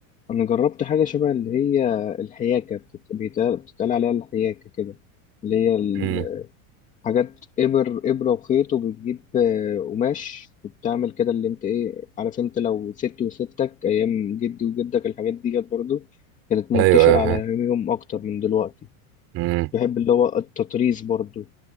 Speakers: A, on the left (about 20°); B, on the right (about 35°).
A: انا جربت حاجة شبه اللي هي الحياكة بتت- بيتقال بتتقال عليها الحياكة كده اللي هي ال-
B: امم
A: حاجات إبر إبرة وخيط وبتجيب آه، قماش وبتعمل كده اللي أنت إيه عارف أنت لو ستي وستك أيام جدي وجدك الحاجات دي كانت برضه كانت منتشرة
B: ايوه ايوه
A: على
B: فاهم
A: أيامهم أكتر من دلوقتي
B: امم
A: بحب اللي هو التطريز برضه